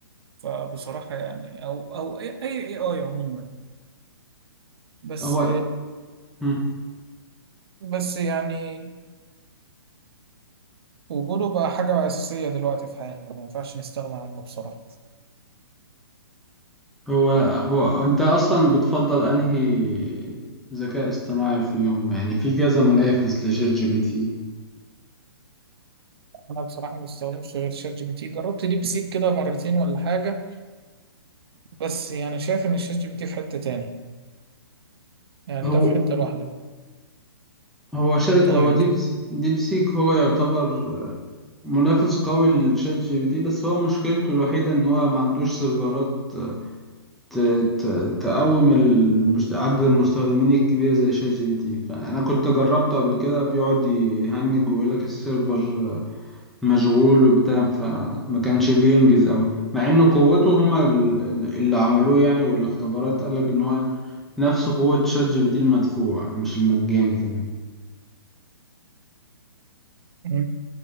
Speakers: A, on the right; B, in the centre.
A: فبصراحه يعني او او اي اي اي آي عموما بس
B: هو مم.
A: بس يعني وجوده بقى حاجه اساسيه دلوقتي في حياتنا ما ينفعش نستغنى عنه بصراحه
B: هو هو أنت أصلا بتفضل أنهي ذكاء اصطناعي في يوم يعني في كذا منافس لشات جي بي تي
A: انا بصراحه ما بستخدمش غير شات جي بي تي جربت ديب سيك كده مرتين ولا حاجه بس يعني شايف ان الشات جي بي تي في حته تاني يعني
B: هو
A: ده في حته لوحده
B: هو شا...
A: طاير
B: هو ديب
A: كده
B: س- ديب سيك هو يعتبر منافس قوي لشات جي بي تي بس هو مشكلته الوحيدة إن هو ما عندوش سيرفرات ت- ت- تقوم المشت... عدد المستخدمين الكبير زي شات جي بي تي فأنا كنت جربته قبل كده بيقعد يهنج ويقول لك السيرفر مشغول وبتاع فما كانش بينجز أوي مع إن قوته هما ال- اللي عملوه يعني والاختبارات قال لك إن هو نفس قوة شات جي بي تي المدفوع مش المجاني كمان
A: مم.